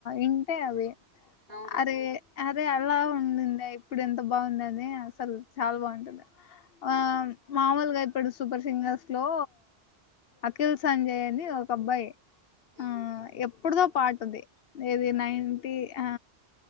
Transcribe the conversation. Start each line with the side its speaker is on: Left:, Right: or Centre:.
Left: ఇంటే అవి
Right: అవును
Left: అరే అదే అలా ఉంది ఇప్పుడు ఎంత బాగుంద అని అసలు చాలా బాగుంటుంది ఆ
Right: అవును
Left: మామూలుగా అయి పెడు సూపర్ సింగర్స్ లో అఖిల్ సంజయ్ అని ఒక అబ్బాయి
Right: ఉమ్
Left: ఆ ఎ ఇప్పుడుదో పాటుది ఏది
Right: ఉమ్
Left: నైంటీ ఆ